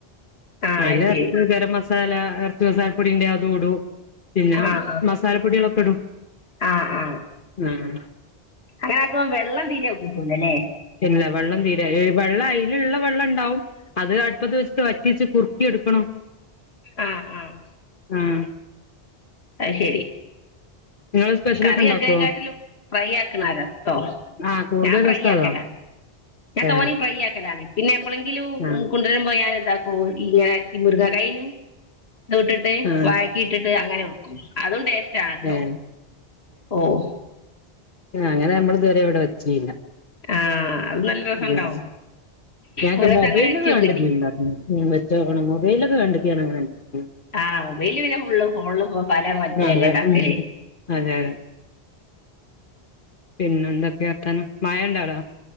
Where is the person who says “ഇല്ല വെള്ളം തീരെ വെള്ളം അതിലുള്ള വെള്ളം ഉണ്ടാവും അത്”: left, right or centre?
Left